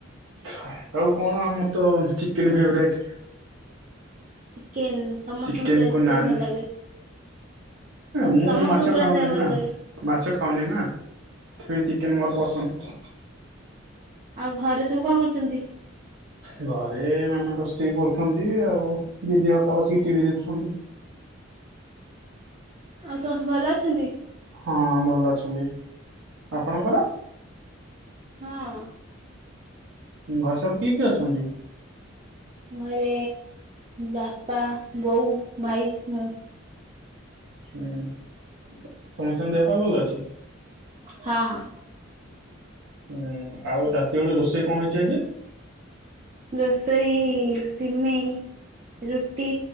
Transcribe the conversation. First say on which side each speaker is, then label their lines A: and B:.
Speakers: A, on the right (about 75°); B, on the right (about 30°).
A: ଖାଇବାକୁ କଣ ଆ ମତେ ତ ଚିକେନ ଫେବରାଇଟ୍।
B: ଚିକେନ ସମସ୍ତଙ୍କୁ
A: ଚିକେନ
B: ପ୍ରାୟ
A: କୁ ନାନ୍
B: ଭଲ ଲାଗେ
A: ମୁଁ
B: ସମସ୍ତଙ୍କୁ
A: ମାଛ
B: ପ୍ରାୟ
A: ଖାଉନି
B: ଖାଇବା ଭଲ
A: ନା
B: ଲାଗେ
A: ମାଛ ଖାଉନି ନା ସେଥିପାଇଁ ଚିକେନ ମୋର ପସନ୍ଦ। <inaudible>
B: ଆଉ ଘରେ ସବୁ କଣ କରୁଛନ୍ତି?
A: ଘରେ ମାମା ରୋଷେଇ କରୁଛନ୍ତି ଆଉ ଦିଦି ଅପା ବସିକି ଟିଭି ଦେଖୁଛନ୍ତି।
B: ଆଉ ସମସ୍ତେ ଭଲ ଅଛନ୍ତି?
A: ହଁ ଭଲ ଅଛନ୍ତି ଆପଣଙ୍କର?
B: ହଁ। <inaudible>
A: ଘରେ ସବୁ କିଏ କିଏ ଅଛନ୍ତି?
B: ଘରେ ବାପା ବୋଉ ଭାଇ ମୁଁ
A: ହୁଁ। ସମସ୍ତ ଙ୍କ ଦେହ ପା ଭଲ ଅଛି?
B: ହଁ ହଁ।
A: ହୁଁ ଆଉ ରାତି ବେଳୁ ରୋଷେଇ କଣ ହେଇଛି ଆଜି?
B: ରୋଷେଇ ସିମେଇ ରୁଟି